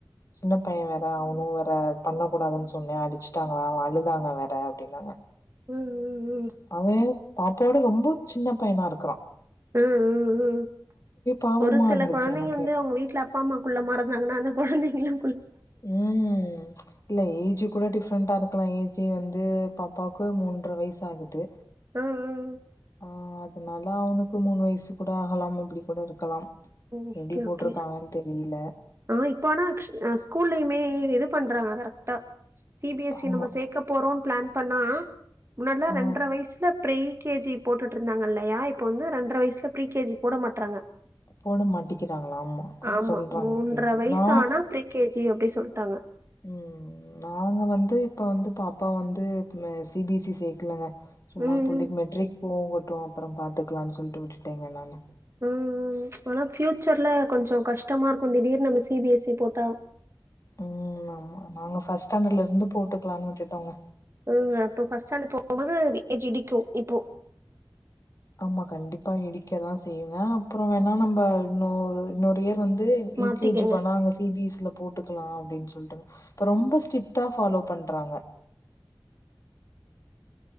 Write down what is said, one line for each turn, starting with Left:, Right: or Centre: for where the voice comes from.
Left: சின்னப் பைய வேற அவனு வேற பண்ணக்கூடாதுன்னு சொன்னே அடிச்சுட்டாங்க அவ அழுதாங்க வேற அப்டின்னாங்க
Right: ம், ம், ம்.
Left: அவே பாப்பாவ விட ரொம்ப சின்னப் பையனா இருக்கறா
Right: ம் ம் ம்
Left: பாவமா
Right: ஒரு சில
Left: இருந்துச்சு
Right: கொழந்தைங்க
Left: எனக்கே
Right: வந்து அவங்க வீட்ல அப்பா அம்மா குள்ளமா இருந்தாங்கன்னா அந்த கொழந்தை யு
Left: ம் இல்ல ஏஜு கூட டிஃப்ரெண்டா இருக்கலா ஏஜு வந்து பாப்பாவுக்கு மூன்ற வயசு ஆகுது
Right: ம், ம்.
Left: ஆ அதனால அவனு க்கு மூணு வயசு கூட ஆகலாம் அப்பிடி கூட இருக்கலாம்
Right: ஓகே
Left: எப்டி போட்டுருக்காங்கன்னு
Right: ஓகே
Left: தெரியல
Right: ஆ இப்ப ஆனா க்‌ஷ் ஆ ஸ்கூல்லயுமே இது பண்றாங்க கரெக்டா சி பி எஸ்
Left: ஆமா.
Right: சி நம்ம சேக்கப் போறோன் பிளான் பண்ணா முன்னல்லா
Left: ஆ
Right: ரெண்ட்ர வயசுல ப்ரீ கே ஜி போட்டுட்ருந்தாங்க இல்லையா இப்ப வந்து ரெண்டரை வயசுல ப்ரீ கே ஜி போட மாட்றாங்க
Left: போட மாட்டிங்கிறாங்க ஆமா க
Right: ஆமா.
Left: சொல்றாங்க அப்டின் ட்டு
Right: வயசு
Left: நா
Right: ஆனா ப்ரீ கேஜி அப்டி சொல்ட்டாங்க.
Left: ம் நாங்க வந்து இப் ப வந்து பாப்பா வந்து ஆ சி பி எஸ் சி சேக்கலங்க சும்மா
Right: ம்,
Left: பிள்ளைக
Right: ம்.
Left: மெட்ரிக் போகட்டு அப்புறம் பாத்துக்கலான் சொல்ட்டு விட்டுட்டேங்க நானு
Right: ம் ம் ஆனா ஃபியூச்சர்ல கொஞ்சோ கஷ்டமா இருக்கு திடீர்னு நம்ம சி பி எஸ் சி போட்டா
Left: ம் ஆமா நாங்க ஃபஸ்ட் ஸ்டாண்டர்ட்ல இருந்து போட்டுக்கலான்னு விட்டுட்டோங்க
Right: ம் அப்போ ஃபர்ஸ்ட் ஸ்டாண்டர்டு போகும் போது ஏஜ் இடிக்கு இப்போ
Left: ஆமா கண்டிப்பா இடிக்கதா செய்யுங்க அப்புறோ வேண்ணா நம்ப இன்னொரு இன்னொரு இயர் வந் து யு
Right: மாத்திக்கங்க.
Left: கே ஜி பண்ணா அங்க சி பி எஸ் சி ல போட்டுக்கலா அப்டின் சொல்ட்டுங்க இப்ப ரொம்ப ஸ்ட்ரிக்டா ஃபாலோ பண்றாங்க